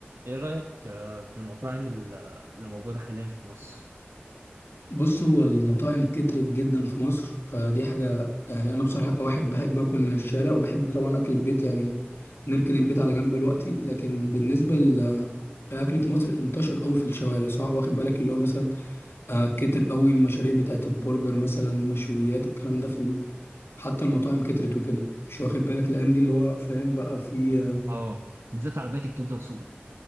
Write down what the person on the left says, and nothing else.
بص هو المطاعم كترت جدا في مصر فدي حاجة يعني أنا بصراحة كواحد بحب أكل من الشارع وبحب طبعا أكل البيت يعني نركن البيت على جنب دلوقتي لكن بالنسبة للأكل في مصر انتشر قوي في الشوارع صح واخد بالك اللي هو مثلا آه، كتر قوي المشاريع بتاعت البرجر مثلا مشويات الكلام ده في ال... حتى المطاعم كترت وكده مش واخد بالك الأيام دي اللي هو فاهم بقى في